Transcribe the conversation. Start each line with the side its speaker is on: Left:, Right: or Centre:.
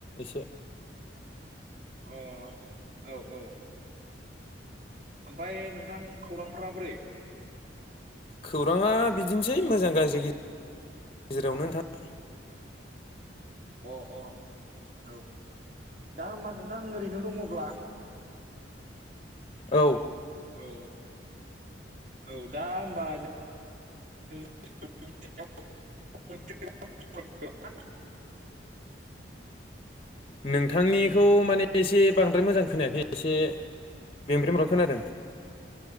Left: एसे।
Right: अ औ औ ओमफाय नोंथां खौरांफोरा बोरै?
Left: खौराङा बिदिनोसै मोजां गाज्रि गेजेरावनो नोंथां।
Right: अ अ औ दा होमबा नोंथां ओरैनो दंङब्ला।
Left: औ
Right: औ औ दा होमबा जों <unintelligible>
Left: नोंथांनिखौ माने एसे बांद्राय मोजां खोनायाखै एसे ब्रें ब्रें ब्रां ब्रां खोनादों।